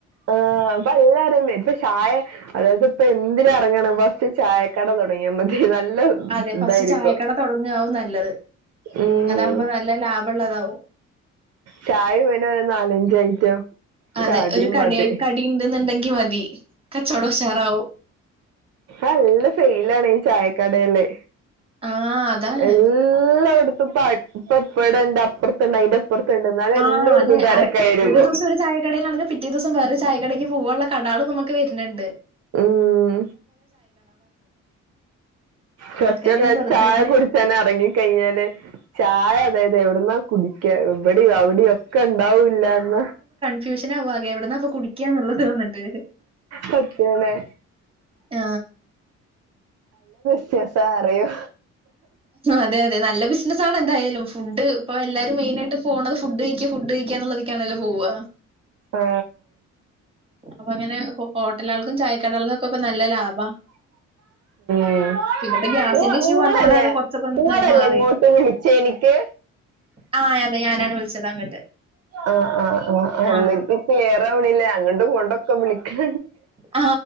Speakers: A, on the right; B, on the right.
A: ആഹ അപ്പ എല്ലാരേ ഇപ്പൊ ചായ അതായത് ഇപ്പൊ എന്തിനും ഇറങ്ങണ്ഫസ്റ്റ് ചായക്കട തുടങ്ങിയ മതി
B: അതെ ഫസ്റ്റ്
A: ഇതായിരിക്കും
B: ചായക്കട തുടങ്ങവും നല്ലത്
A: ഉം
B: അതാവുമ്പോ നല്ല ലാ ഭള്ളതാ്
A: ചായ പിനെ നാലഞ്ച ഐറ്റം
B: അതെ
A: കടിയും
B: ഒരു കടി
A: മതി
B: കടി ഉണ്ടെന്നുണ്ടെങ്കി മതി. കച്ചവടം ഉഷാറാവും.
A: അഹാനല്ല ഫെൽ ആണ് ച കടയിലേ
B: ആ അതാണ്.
A: എല്ലാം എടു ത്തുംഇപ്പൊ ഇപ്പടെണ്ട് അപ്പുറത്തുണ്ട് അതിന്റെ അപ്പുറത്തുണ്ട് എന്നാലും എല്ലായിടത്തും
B: ആഹ് അതെ
A: തിരക്കായിരിക്കും
B: ഒരു ദിവസം ഒരു ചായക്കടയിലാണെങ്കിൽ പിറ്റേ ദിവസം വേറെ ചായക്കടക്ക് പോവാനുള്ള കടാൾ നമുക്ക് വരന്നുണ്ട്
A: ഉം കുറച്ചൊക്കെ
B: ആൾക്കാരിങ്ങനെ വെറുതെങ്ങനെ
A: ചായ കുടിച്ച തന്നെ ഇറങ്ങിക്കഴിഞ്ഞാല് ചായ അതായത് എവിടുന്നാ കുടിക്ക എവിടെ അവിടെ ക്കണ്ടാവില്ലന്ന്
B: ഫ്യൂഷനാവും ആകെ എവിടന്നപ്പൊ കുടിക്കാന്നുള്ളത് വന്നിട്ട്
A: സത്യാണ്
B: ആ
A: വ്യത്യാസാ അറിയോ
B: അതെ അതെ നല്ല ബിസിനസ്സ് ആണ് എന്തായാലും ഫുഡ് ഇപ്പൊ എല്ലാരും മെയിൻ ആയിട്ട് പോണത് ഫുഡ് കഴിക്ക ഫുഡ് കഴിക്കുക എന്നുള്ളതീക്കാണല്ലോ പോവുക
A: ആ
B: അപ്പൊ അങ്ങനെ ഹോട്ടലൾക്കും ചായക്കടകൾക്കും ഒക്കെ ഇപ്പ നല്ല ലാഭാ
A: ഇങ്ങ
B: പിന്നെപ്പോ ഗ്യാസിന്റെ ഇഷ്യൂ
A: ഇങ്ങളല്ലേ
B: വന്നോണ്ടാണ് കൊറച്ചൊക്കെ ഒന്ന്
A: ഇങ്ങളല്ലേ
B: മാറിയത്
A: ഇങ്ങോട്ട് വിളിച്ചേ എനിക്ക്
B: ആ അതെ ഞാനാണ് വിളിച്ചത് അങ്ങട്ട്
A: ആ ആ ആ
B: ആഹ്
A: എന്തൊക്കെ ക്ലിയർ ആവണില്ല അങ്ങട്ടും ഇങ്ങട്ടൊക്കെ വിളിക്കൻ
B: ആ